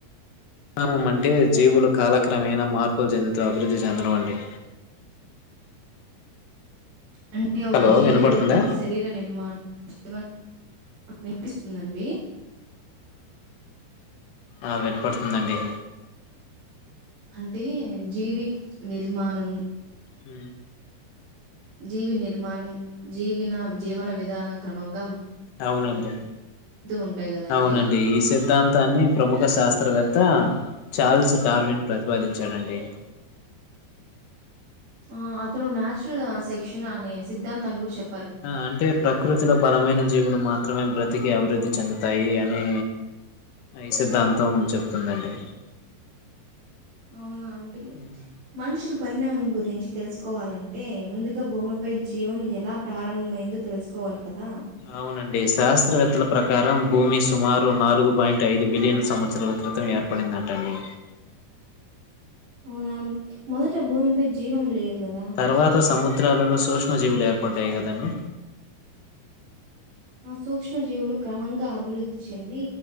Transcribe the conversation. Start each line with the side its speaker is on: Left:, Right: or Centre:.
Left: పరిణామం అంటే జీవులు కాలక్రమేన మార్పులు చెందుతూ అభివృద్ధి చెందడం అండి
Right: అంటే ఒక
Left: హలో
Right: జీవి
Left: వినపడుతుందా
Right: రూపం శరీర నిర్మాణం జీవన్ వినిపిస్తుందండి
Left: ఆ వినపడుతుందండి
Right: అంటే జీవి నిర్మాణం
Left: హ
Right: జీవి న నిర్మాణం జీవినా జీవన విధా క్రమంక
Left: అవునండి
Right: ఉంటాయి గదండీ!
Left: అవునండి ఈ సిద్ధాంతాన్ని ప్రముఖ శాస్త్రవేత్త చార్ల్స్ డార్విన్ ప్రతిపాదించాడండి
Right: ఆ అతను నాచురల్ సెక్షన్ అనే సిద్ధాంతాన్ని కూడా చెప్
Left: ఆ అంటే ప్రకృతిలో బలమైన జీవులు మాత్రం మాత్రమే బ్రతికి అభివృద్ధి చెందుతాయి అని ఈ సిద్ధాంతం చెప్తుందండి
Right: అవునా అండి
Left: ఉమ్,
Right: మనుషులు పరిణామం గురించి తెలుసుకోవాలంటే ముందుగా భూమిపై జీవం ఎలా ప్రారంభమైందో తెలుసుకోవాలి కదా!
Left: అవునండి శాస్త చిస్త్రవేత్తల ప్రకారం భూమి సుమారు నాలుగు పాయింట్ ఐదు బిలియన్ల సంవత్సరాల క్రితం ఏర్పడిందంటండి
Right: అవునా మొదట భూమిపై జీవం లేదు గదా!
Left: తరువాత సముద్ర చిత్రాలలో సూక్ష్మజీవులు ఏర్పాటదయి కదండి
Right: ఆ సూక్ష్మ జీవులు క్రమంగా అభివృద్ధి చెంది